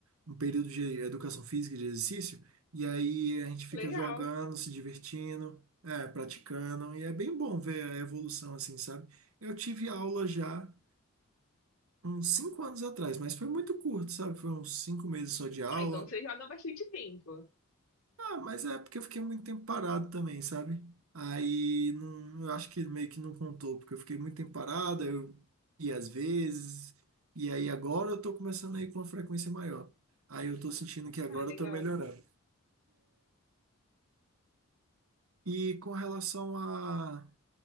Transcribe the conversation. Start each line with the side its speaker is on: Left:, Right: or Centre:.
Right: um período de educação física, de exercício, e aí a gente fica
Left: Legal.
Right: jogando, se divertindo, é, praticando, e é bem bom ver a evolução assim, sabe? Eu tive aula já uns cinco anos atrás, mas foi muito curto, sabe? Foi uns cinco meses só de aula.
Left: Ah, então você joga há bastante tempo.
Right: Ah, mas é porque eu fiquei muito tempo parado também, sabe? Aí não, eu acho que meio que não contou, porque eu fiquei muito tempo parado, aí eu ia às vezes, e aí agora eu tô começando a ir com uma frequência maior. Aí eu tô sentindo que agora
Left: Ah, legal.
Right: eu tô melhorando. E com relação a.